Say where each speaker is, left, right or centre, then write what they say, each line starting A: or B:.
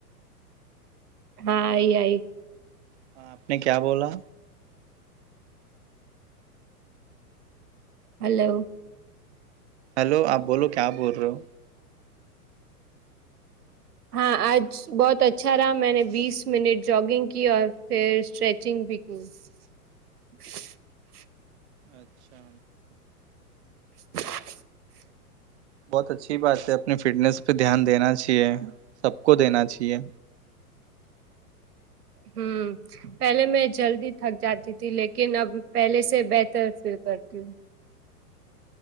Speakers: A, on the right; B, on the right.
A: ہاں آئی آئی
B: ہاں آپ نے کیا بولا
A: ہلو
B: ہیلو آپ بولو کیا بول رہے ہو
A: ہاں آج بہت اچھا رہا میں نے بیس منٹ جگنگ کی اور پر اسٹرریچنگ بھی <unintelligible>
B: اچھا
A: <inaudible>
B: بہت اچھی بات ہے اپنی فٹنیس پہ دھیان دینا چاہیے سب کو دینا چاہیے
A: ہمم پہلے میں جلدی تھک جاتی تھی لیکن اب پہلے سے بہتر فیل کرتی ہوں